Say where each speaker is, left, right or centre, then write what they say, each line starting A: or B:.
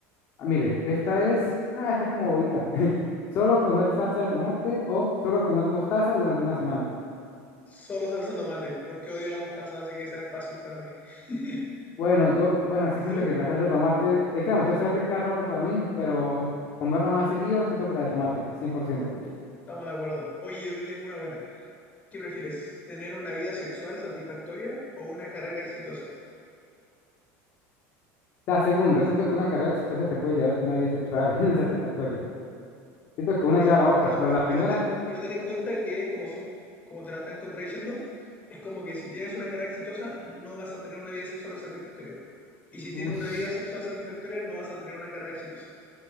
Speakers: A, on the left (about 35°); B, on the left (about 20°).
A: Ah, mire, esta es, ah, esta es como bobita. <laughs> Solo comer salsa de tomate o solo comer mostaza durante una semana.
B: Solo salsa tomate, porque odio la mostaza, así que esa es fácil para mí. <laughs> ¿Y
A: Bueno, yo, bueno, sí siento
B: tú?
A: que la salsa de tomate, es que la mostaza es rica a rato para mí, pero comerla más seguido, siento que la de tomate, cien por ciento
B: Estamos de acuerdo. Oye, yo te tengo una buena. ¿Qué prefieres? ¿Tener una vida sexual satisfactoria o una carrera exitosa?
A: La segunda, siento que una carrera exitosa te puede llevar a una vida sexual <laughs> satisfactoria. Siento que
B: Sí,
A: una
B: Pero,
A: lleva a la otra,
B: pero,
A: pero
B: pe-
A: la primera,
B: pero, te- pero ten en cuenta que como son, como te la están contradiciendo, es como que si tienes una carrera exitosa, no vas a tener una vida sexual satisfactoria. Y si tienes
A: uff.
B: una vida sexual satisfactoria, no vas a tener una carrera exitosa.